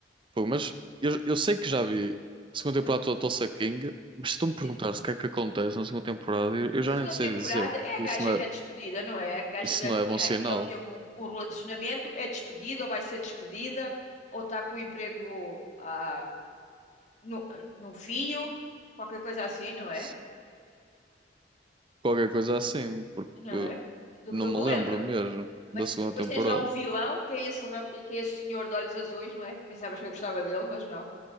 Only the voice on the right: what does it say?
Pô, mas eu, eu sei que já vi a segunda temporada
toda do Tulsa King, mas se tu
me perguntares o que é que acontece na segunda temporada, eu, eu
já
nem sei
dizer.
Isso
não
é,
isso
não é bom sinal.
Se- Qualquer coisa é assim, porque.
Não
me
lembro
mesmo
da segunda
temporada.